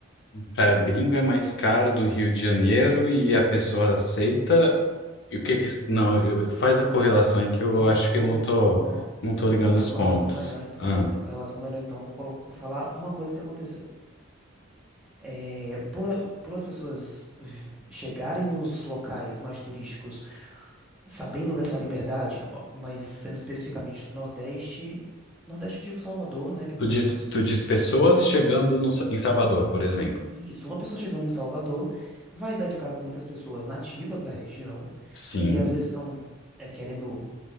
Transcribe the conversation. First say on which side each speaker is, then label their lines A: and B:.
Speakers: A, on the left; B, in the centre.
A: Pra gringo é mais caro do Rio de Janeiro e a pessoa aceita. E o que que isso. Não, eu- faz a correlação aí que eu
B: Vou,
A: acho
B: vou,
A: que eu não tô,
B: vou,
A: não tô
B: vou
A: ligando
B: fazer
A: os
B: a correlação
A: pontos.
B: melhor então.
A: Ah,
B: Vou fazer a correlação melhor então. Vou, colo- vou falar uma coisa que aconteceu. É, por, a- por as pessoas v- chegarem nos locais mais turísticos sabendo dessa liberdade, ó, mas sendo especificamente do Nordeste, Nordeste eu digo Salvador, né, que eu
A: tu
B: conheço.
A: diz, tu diz pessoas chegando no Sa- em Salvador, por exemplo.
B: E Isso, uma pessoa chegando em Salvador vai dar de cara com muitas pessoas nativas da região
A: Sim.
B: que às vezes estão é, querendo,